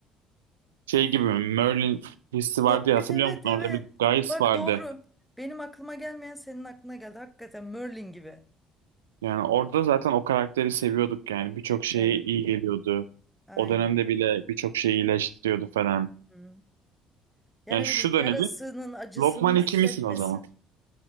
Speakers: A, on the right; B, in the centre.
A: Şey gibi mi? Merlin dizisi vardı
B: Evet
A: ya hatırlıyor
B: evet
A: musun?
B: evet.
A: Orada bir Guys
B: Bak
A: vardı.
B: doğru. Benim aklıma gelmeyen senin aklına geldi. Hakikaten Merlin gibi.
A: Yani orada zaten o karakteri seviyorduk yani. Birçok şeye
B: Evet.
A: iyi geliyordu.
B: Aynen.
A: O dönemde bile birçok şeyi iyileştiriyordu falan.
B: Hı. Yani
A: Yani
B: ne
A: şu
B: bileyim
A: dönemi
B: yarasının acısını
A: Lokman
B: hissetmesin.
A: ikimisin o zaman.